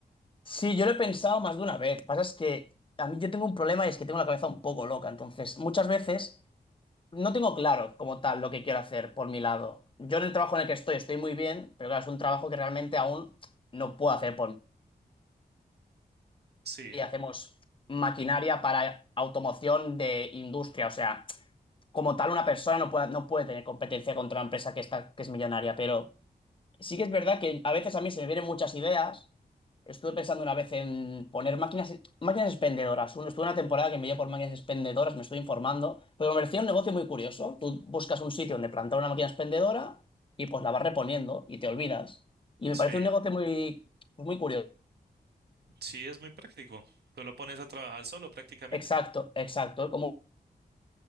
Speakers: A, on the left; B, on the right.
A: Sí, yo lo he pensado más de una vez. Pasa es que a mí yo tengo un problema y es que tengo la cabeza un poco loca. Entonces, muchas veces no tengo claro como tal lo que quiero hacer por mi lado. Yo en el trabajo en el que estoy estoy muy bien, pero claro, es un trabajo que realmente aún no puedo hacer por mí.
B: Sí,
A: Y hacemos maquinaria para automoción de industria. O sea, como tal una persona no puede, no puede tener competencia contra una empresa que está, que es millonaria, pero... Sí que es verdad que a veces a mí se me vienen muchas ideas. Estuve pensando una vez en poner máquinas, máquinas expendedoras. Uno, estuve una temporada que me dio por máquinas expendedoras, me estoy informando. Pero me parecía un negocio muy curioso. Tú buscas un sitio donde plantar una máquina expendedora y pues la vas reponiendo y te olvidas. Y me
B: sí,
A: parece un negocio muy, pues, muy curioso.
B: sí, es muy práctico. Tú lo pones a trabajar solo prácticamente.
A: Exacto, exacto. Como